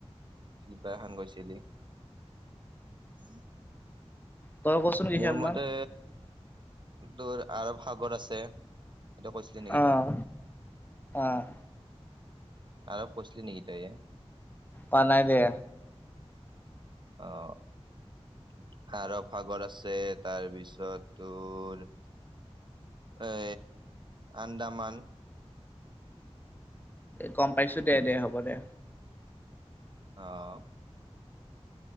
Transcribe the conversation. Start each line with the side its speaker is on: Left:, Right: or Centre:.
Right: কিবা এখন কৈছিলি উম
Left: তই কচোন
Right: হম
Left: কেইখনমান
Right: <inaudible> মোৰ মতে ধৰ আৰৱ সাগৰ আছে এইটো কৈছিলি নেকি
Left: অহ
Right: তই?
Left: অহ
Right: আৰৱ কৈছিলি নেকি তই?
Left: কোৱা নাই দে।
Right: অহ আৰৱ সাগৰ আছে তাৰ পিছত তোৰ এ আন্দামান
Left: গম পাইছো দে দে হ'ব দে
Right: অহ